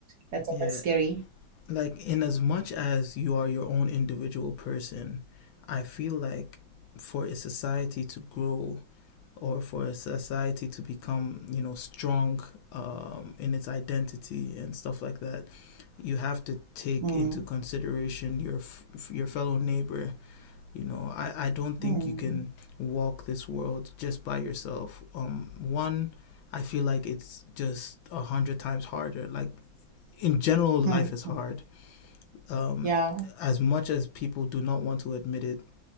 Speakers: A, on the right (about 60°); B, on the left (about 75°).
A: that's
B: yeah.
A: a bit scary.
B: like in as much as you are your own individual person i feel like for a society to grow or for a society to become you know strong um, in its identity and stuff like that you have to take
A: Mm,
B: into consideration your f- your fellow neighbor you know I, I don't think
A: mm,
B: you can walk this world just by yourself um one i feel like it's just a hundred times harder like in general life
A: mm.
B: is hard um,
A: Yeah,
B: as much as people do not want to admit it,